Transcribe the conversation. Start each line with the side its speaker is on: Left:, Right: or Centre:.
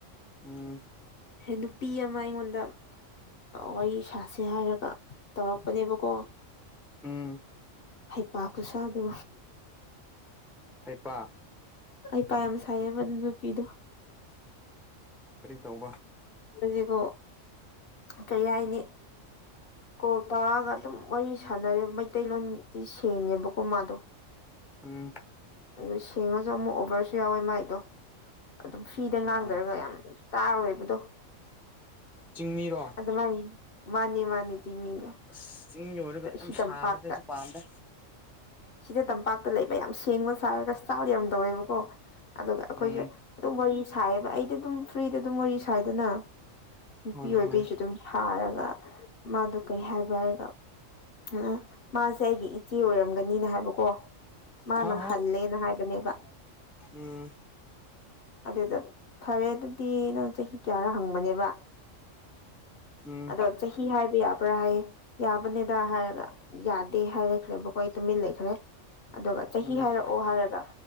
Centre: ꯎꯝ
Left: ꯅꯨꯄꯤ ꯑꯃ ꯑꯩꯉꯣꯟꯗ ꯋꯥꯔꯤ ꯁꯥꯁꯦ ꯍꯥꯏꯔꯒ ꯇꯧꯔꯛꯄꯅꯦꯕꯀꯣ
Centre: ꯎꯝ
Left: ꯍꯩꯄꯥ ꯈꯨꯠꯁꯥꯗ
Centre: ꯍꯥꯏꯩꯄꯥ
Left: ꯑꯩ ꯄꯥꯏ ꯑꯃ ꯁꯥꯏꯌꯦꯕ ꯅꯨꯄꯤꯗꯣ
Centre: ꯀꯔꯤ ꯇꯧꯕꯧꯕ
Left: ꯖꯤꯣ ꯀꯔꯤ ꯍꯥꯏꯅꯤ ꯀꯣꯜ ꯇꯧꯔꯛꯑꯒ ꯑꯗꯨꯝ ꯋꯥꯔꯤ ꯁꯥꯟꯅꯔꯦ ꯃꯩꯇꯩꯂꯣꯟꯗꯤ ꯁꯦꯡꯉꯦꯕꯀꯣ ꯃꯥꯗꯣ
Centre: ꯎꯝ
Left: ꯑꯗꯨ ꯁꯦꯡꯉꯁꯨ ꯑꯃꯨꯛ ꯑꯣꯕꯔꯁꯨ ꯌꯥꯎꯋꯦ ꯃꯥꯏꯗꯣ ꯑꯗꯨꯝ ꯐꯤꯗ
Centre: ꯑꯆꯥ
Left: ꯉꯥꯡꯗꯔꯒ ꯌꯥꯝ ꯇꯥꯔꯣꯏꯕꯗꯣ
Centre: ꯆꯤꯡꯃꯤꯔꯣ
Left: ꯑꯗꯨꯃꯥꯏꯅ ꯃꯥꯅꯤ ꯃꯥꯅꯤ ꯆꯤꯡꯃꯤꯅꯦ
Centre: ꯑꯁ ꯆꯤꯡ ꯑꯣꯏꯔꯒ ꯌꯥꯝ
Left: ꯁꯤꯇꯝꯄꯥꯛꯇ
Centre: ꯁꯥꯕꯗꯤ ꯑꯩꯁꯨ ꯄꯥꯝꯗꯦ
Left: ꯁꯤꯗ ꯇꯝꯄꯥꯛꯇ ꯂꯩꯕ ꯌꯥꯝ ꯁꯦꯡꯕ ꯁꯥꯔꯒ ꯆꯥꯛꯗꯤ ꯌꯥꯝ ꯇꯧꯋꯦꯕꯀꯣ ꯑꯗꯨꯒ ꯑꯩꯈꯣꯏꯁꯦ
Centre: ꯎꯝ
Left: ꯑꯗꯨꯝ ꯋꯥꯔꯤ ꯁꯥꯏꯌꯦꯕ ꯑꯩꯗꯤ ꯑꯗꯨꯝ ꯐ꯭ꯔꯤꯗ ꯑꯗꯨꯝ ꯋꯥꯔꯤ ꯁꯥꯏꯗꯅ ꯅꯨꯄꯤ
Centre: ꯍꯣꯏ
Left: ꯑꯣꯏꯕꯩꯁꯨ
Centre: ꯍꯣꯏ
Left: ꯑꯗꯨꯝ ꯁꯥꯔꯒ ꯃꯥꯗꯣ ꯀꯩ ꯍꯥꯏꯕ ꯍꯥꯏꯔꯒ ꯑ ꯃꯥꯁꯦ ꯑꯩꯒꯤ ꯏꯆꯦ ꯑꯣꯏꯔꯝꯒꯅꯤꯅ ꯍꯥꯏꯕꯀꯣ ꯃꯥꯅ
Centre: ꯍꯥ ꯍꯥ
Left: ꯍꯜꯂꯦꯅ ꯍꯥꯏꯕꯅꯦꯕ
Centre: ꯎꯝ
Left: ꯑꯗꯨꯗ ꯐꯔꯦ ꯑꯗꯨꯗꯤ ꯅꯪ ꯆꯍꯤ ꯀꯌꯥꯔ ꯍꯪꯕꯅꯦꯕ
Centre: ꯎꯝ
Left: ꯑꯗꯣ ꯆꯍꯤ ꯍꯥꯏꯕ ꯌꯥꯕ ꯕ꯭ꯔ ꯍꯥꯏꯌꯦ ꯌꯥꯕꯅꯦꯗ ꯍꯥꯏꯔꯒ ꯌꯥꯗꯦ ꯍꯥꯏꯔꯛꯈ꯭ꯔꯦꯕꯀꯣ ꯑꯩ ꯇꯨꯃꯤꯟ ꯂꯩꯈ꯭ꯔꯦ ꯑꯗꯨꯒ ꯆꯍꯤ
Centre: ꯎꯝ
Left: ꯍꯥꯏꯔꯛꯑꯣ ꯍꯥꯏꯔꯒ